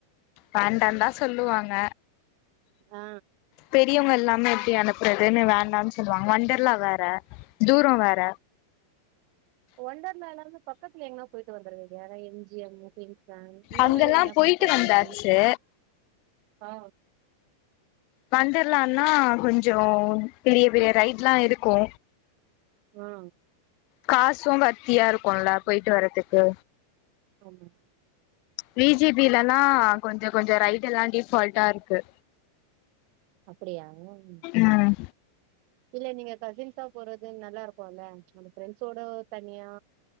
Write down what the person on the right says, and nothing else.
ஆ
ஒண்டர்லாலயிருந்து பக்கத்துல எங்கனா போயிட்டு வந்துருவே ஏனா எம் ஜி எம் இந்த
மாதிரி ஏனா போயிட்டு வர
வேண்டிதான ஆ
ஆ
ஆமா
அப்படியா உ
இல்ல நீங்க கசின்ஸா போறது நல்லா இருக்குல நம்ம ஃப்ரெண்ட்ஸ்ஷோட தனியா